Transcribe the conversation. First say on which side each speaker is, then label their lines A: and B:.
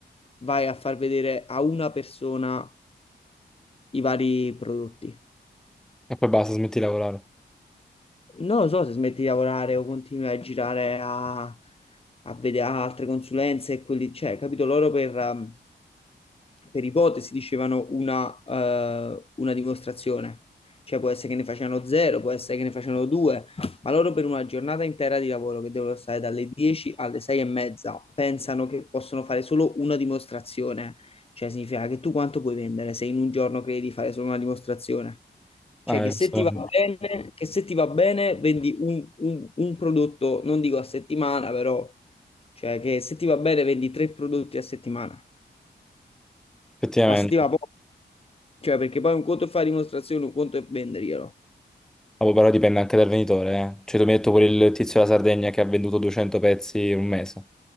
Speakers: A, on the left; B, in the centre.
A: vai a far vedere a una persona i vari prodotti.
B: e poi basta, smetti di lavorare.
A: non lo so se smetti di lavorare o continui a girare a, a vedere altre consulenze e quelli, cioè, capito? Loro per, um, per ipotesi dicevano una, eh, una dimostrazione. Cioè può essere che ne facevano zero, può essere che ne facevano due, ma loro per una giornata intera di lavoro che devono stare dalle 10 alle 6 e mezza pensano che possono fare solo una dimostrazione. Cioè significa che tu quanto puoi vendere se in un giorno credi di fare solo una dimostrazione? Cioè,
B: Eh,
A: che se
B: giustamente.
A: ti va bene, che se ti va bene, vendi un, un- un prodotto, non dico a settimana, però, cioè, che se ti va bene, vendi tre prodotti a settimana.
B: effettivamente.
A: Ma se ti va poco, cioè, perché poi un conto è fare dimostrazione, un conto è venderglielo.
B: Ah, boh, però dipende anche dal venditore, eh. Cioè, tu mi hai detto pure il tizio della Sardegna che ha venduto 200 pezzi in un mese.